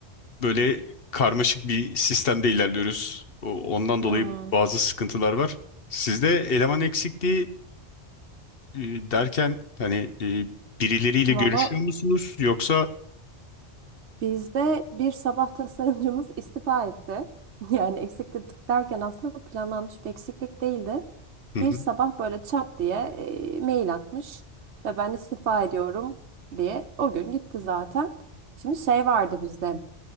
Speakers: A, on the left; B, on the right.
A: böyle karmaşık bir sistemde ilerliyoruz. O- Ondan
B: Hmm.
A: dolayı bazı sıkıntılar var. Sizde eleman eksikliği e, derken hani e, birileriyle
B: Valla
A: görüşüyor musunuz yoksa
B: Bizde bir sabah tasarımcımız istifa etti. <laughs> Yani eksiklik derken aslında planlanmış bir eksiklik değildi.
A: Hı hı,
B: Bir sabah böyle çat diye e, mail atmış ve ben istifa ediyorum diye o gün gitti zaten. Şimdi şey vardı bizde